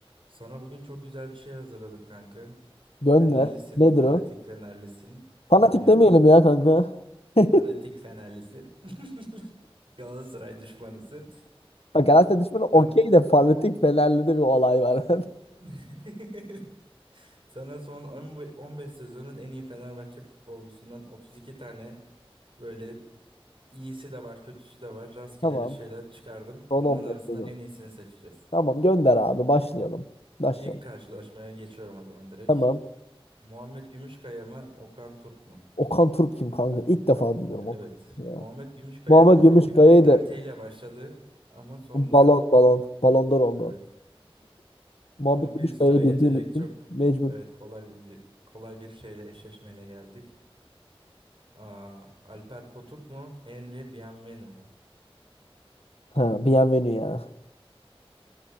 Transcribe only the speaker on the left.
Gönder.
Nedir
o?
Fanatik
demeyelim ya kanka. <laughs>
Bak Galatasaray düşmanı okey
de fanatik Fenerli'de bir olay var.
<laughs>
Tamam.
Son
15
sezon.
Tamam gönder abi başlayalım. Başlayalım.
Tamam.
Okan Turp kim kanka? İlk defa duyuyorum
Okan. Turp'u
Ya.
Muhammed
Gümüşkaya'yı
da
balon balon balondor oldu.
Muhammed
Gümüşkaya'yı
bildiğim için
mecbur.
Ha, Bienvenue ya.